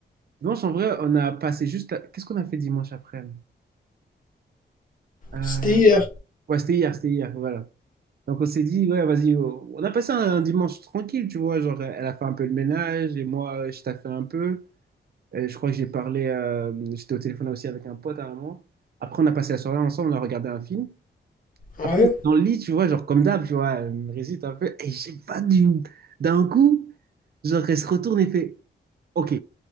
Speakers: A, on the right (about 55°); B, on the left (about 45°).
A: Dimanche, en vrai, on a passé juste. la- Qu'est-ce qu'on a fait dimanche après? Euh,
B: C'était hier.
A: Ouais, c'était hier, c'était hier, voilà. Donc, on s'est dit, ouais, vas-y, oh. on a passé un, un dimanche tranquille, tu vois. Genre, elle a fait un peu le ménage et moi, euh, je t'ai fait un peu. Et je crois que j'ai parlé, euh, j'étais au téléphone aussi avec un pote à un moment. Après, on a passé la soirée ensemble, on a regardé un film.
B: Ouais.
A: Après, on était dans le lit, tu vois, genre, comme d'hab, tu vois, elle me résiste un peu. Et je sais pas, du... d'un coup, genre, elle se retourne et fait, OK,